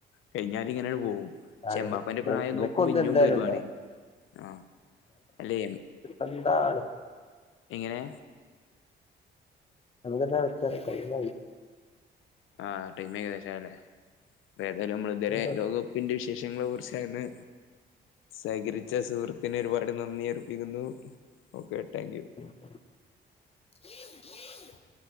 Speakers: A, on the left (about 85°); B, on the left (about 30°).
A: കഴിഞ്ഞാല് ഇങ്ങനെപോവും
B: ആണ്
A: എംമ്പാപ്പന്റെ പ്രായം
B: ഇവക്കൊന്ന്
A: നോക്കുമ്പോ ഇഞ്ഞൊണ്ട്
B: എന്തായാലും
A: ഒരുപാട്
B: ഉണ്ടാവും
A: ആ അല്ലേ
B: എന്താണ്
A: എങ്ങനെ
B: നമ്മക്ക് ന്നാ വെച്ചാലോ ടൈം ആയി
A: ആ ടൈം ഏകദേശയില്ലേ അപ്പ ഏതായാലും നമ്മൾ ഇതുവരെ
B: കഴിയുന്ന
A: ലോക ക കപ്പിന്റെ വിശേഷങ്ങളെ കുറിച്ചായിരുന്നു സഹകരിച്ച സുഹൃത്തിന് ഒരുപാട് നന്ദി ഏർ ബിക്കുന്നു ഓക്കെ താങ്ക് യൂ
B: <unintelligible>